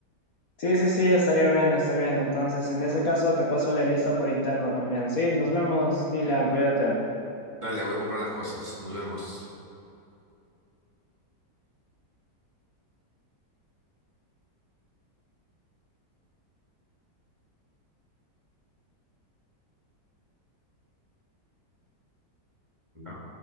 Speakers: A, on the left; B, on the right.
A: Sí, sí, sí, estaría bien, está bien. Entonces, en ese caso, te paso la lista por interno también. Sí, nos vemos, Dylan, cuídate.
B: Dale, voy a comprar las cosas. Nos vemos. ¿no?